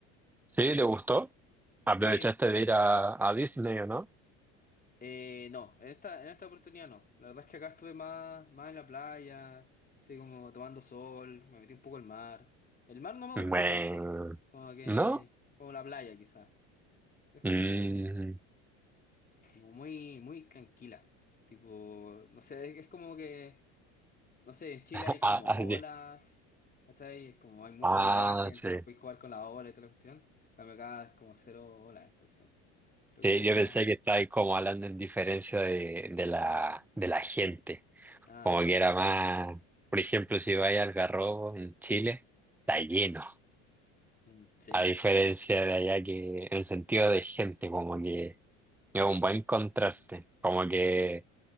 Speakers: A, in the centre; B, on the left (about 25°).
A: ¿Sí? ¿Te gustó? ¿Aprovechaste
B: Sí.
A: de ir a, a Disney o no?
B: Eh, no, en esta, en esta oportunidad no. La verdad es que acá estuve más, más en la playa, así como tomando sol, me metí un poco al mar. El mar no me gustó
A: Bueno,
B: tanto, como que,
A: ¿no?
B: como la playa quizás. Es
A: Mm.
B: como, como muy, muy tranquila. Tipo, no sé, es, es como que, no sé, en Chile
A: <laughs>
B: hay como
A: Ah, ah,
B: olas,
A: de-
B: ¿cachai? Es como hay mucho
A: ah,
B: oleaje, entonces
A: sí.
B: podéis jugar con la ola y toda la cuestión. En cambio acá es como cero olas, entonces. Creo que
A: Sí,
B: eso sería.
A: yo pensé que estabas como hablando en diferencia de, de la, de la gente.
B: Ah,
A: Como que era más, por ejemplo, si vais al Garrobo en Chile, está lleno.
B: mm, sí.
A: A diferencia de allá que en sentido de gente, como que es un buen contraste. Como que